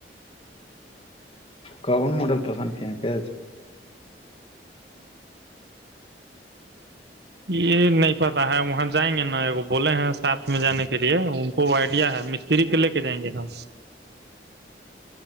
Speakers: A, on the left; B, on the right.
A: کون ماڈل پسند کیا کہ
B: یہ نہیں پتا ہے وہاں جائیں گے نا بولے ہیں ساتھ میں جانے کے لیے وہ آئیڈیا ہے مستری کے لے کے جائیں گے ن